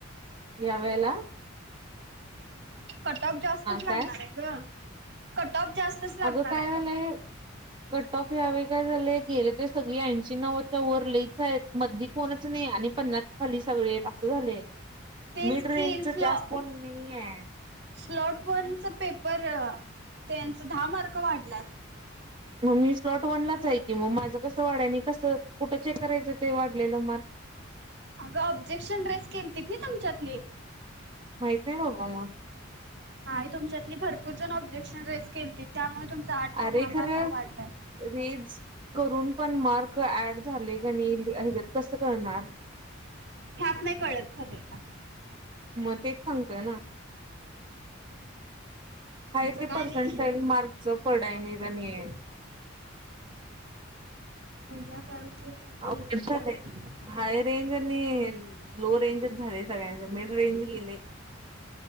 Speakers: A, on the right; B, on the right.
A: यावेेला,
B: कटऑफ जास्तच लागणार
A: काय
B: आहे ग. कट ऑफ जास्तच लागणार
A: अगं काय
B: आहे
A: झालं क टफ यावे काय झाले गेले ते सगळी ऐंशी नव्वाच्या वर लईच आहेत मध्ये फोनच नाही आणि पन्ना खली सगळे असं झालंय
B: तेच
A: मिड रेंजच
B: कि स्लॉ
A: जास्त कोण नाहीये
B: स्लॉट वनच पेपर त्त्यांच दहा मार्क वाढल्यात
A: मग मी स्लॉट वनलाच आहे की मग माझं कसं वाढाय नाही कसं कुठं चेक करायचं ते वाढलेलं मार्ग
B: अगं ऑब्जेक्शन रेस केल ती तिथं ना तुमच्यातले
A: माहित नाही बाबा मग
B: आणि तुमच्यातली भरपूर जण ऑब्जेक्शन रेस केल तीत त्यामुळे तुमचा आठ ते
A: अरे
B: दहा
A: खरं
B: मार्क वाढलाय
A: रेज करून पण मार्क ऍड झाले का नाही हे कसं करणार
B: ह्यात नाही कळत खरं ता
A: मग तेच सांगतय ना हाय
B: आमचं
A: ते
B: काय
A: पर्सेंटाल
B: नाही
A: मार्कच पडाय नाहीत आणि
B: पूजा करते किटली
A: अवघड झालंय.
B: घायची
A: हाय रेंज आणि लो रेंजच झाले सगळ्यांचे मिड रेंज गेले.